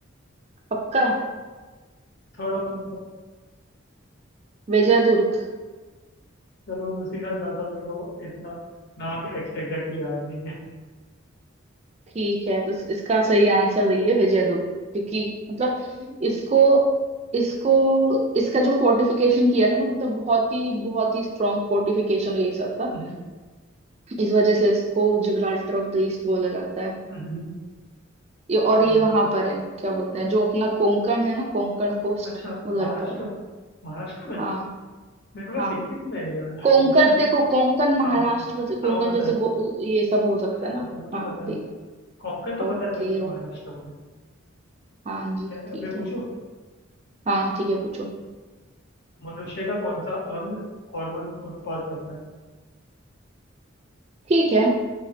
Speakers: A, on the right; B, on the left.
A: पक्का
B: Third option
A: विजयदुर्ग
B: चलो मैं उसी के साथ जाता मेरे को इतना नाम एग्जैक्टली याद नहीं है
A: ठीक है तो इस- इसका सही आंसर वही है विजयदुर्ग क्योंकि मतलब
B: <laughs>
A: इसको इसको इसका जो फोर्टिफिकेशन किया था ना मतलब बहुत ही बहुत ही स्ट्रांग फोर्टिफिकेशन ये सब था
B: हम्म,
A: इस वजह से इसको जिब्राल्टर ऑफ द ईस्ट बोला जाता है
B: हम्म,
A: ये और
B: सही
A: ये वहां
B: है।
A: पर है क्या बोलते हैं जो अपना कोंकण है ना कोंकण कोस्ट
B: अच्छा
A: उधर
B: महाराष्ट्र
A: पर है
B: महाराष्ट्र में
A: हाँ
B: मेरे को लगा
A: हाँ
B: सिक्किम में है ये वाला
A: कोंकण
B: चीज <laughs>
A: देखो कोंकण महाराष्ट्र
B: हाँ हाँ
A: वैसे कोंकण
B: हाँ वो पता
A: जैसे
B: है
A: गो ये सब हो सकता
B: पता
A: है
B: है
A: ना
B: पता है वो तो
A: हाँ
B: पता है
A: ठीक
B: हाँ कोंकण तो
A: ओके
B: पता है मेरे को कि
A: ओ
B: महाराष्ट्र में
A: हाँ जी
B: है।
A: ठीक
B: अब मैं पूछूं
A: है हाँ ठीक है पूछो
B: मनुष्य का कौन सा अंग हार्मोन उत्पाद करता है
A: ठीक है